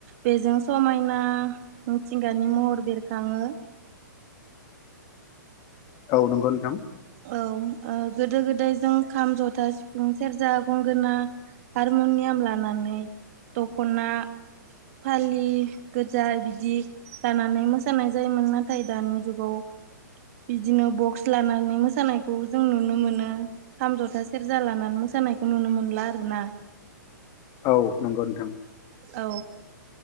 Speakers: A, on the right; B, on the left.
A: बेजों समायना मिथिंगानि महर बेरखाङो।
B: औ नंगौ नोंथां।
A: औ ओ गोदो गोदाय जों खाम जथा सिफुं सेरजा गंगोना हारम'नियाम लाना नै दख'ना फालि गोजा बिदि लानानै मोसानाय जायोमोन नाथाय दानि जुगाव बिदिनो बक्स लानानै मोसानायखौ जों नुनो मोनो खाम जथा सेरजा लानानै मोसानायखौ नुनो मोनला आरोना। औ
B: औ नंगौ नोंथां।
A: औ